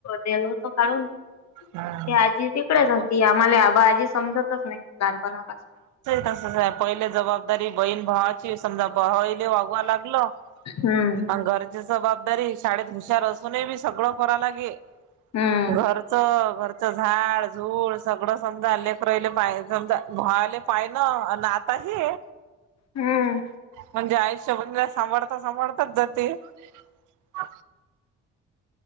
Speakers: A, on the left; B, on the right.
A: दल होतो काढून ते
B: हम्म.
A: आजी. तिकडेचती आम्हाला आबा आजी समजतच नाही लहानपणापासून.
B: तसंच आहे. पहिले जबाबदारी बहीण भावाची समजा भावाला वागवाव लागलं.
A: हम्म.
B: घरची जबाबदारी शाळेत हुशार असूनही बी सगळं करा लागे.
A: हम्म
B: घरचं घरचं झाड झूड सगळं. समजा लेकर राहिले पा समजा घुवायले पाहि ना अन आता हे.
A: हम्म.
B: म्हणजे आयुष्यभर सांभाळता सांभाळताच जाते. <inaudible>